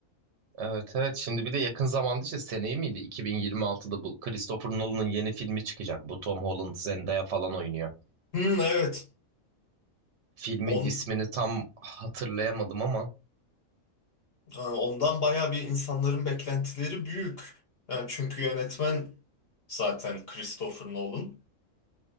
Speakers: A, on the right; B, on the left.
A: Evet evet şimdi bir de yakın zamanda işte seneye miydi 2026'da bu Christopher Nolan'ın yeni filmi çıkacak. Bu Tom Holland Zendaya falan oynuyor.
B: Hmm, evet.
A: Filmin
B: on
A: ismini tam hatırlayamadım ama
B: Ee, Ondan bayağı bir insanların beklentileri büyük. Yani çünkü yönetmen zaten Christopher Nolan.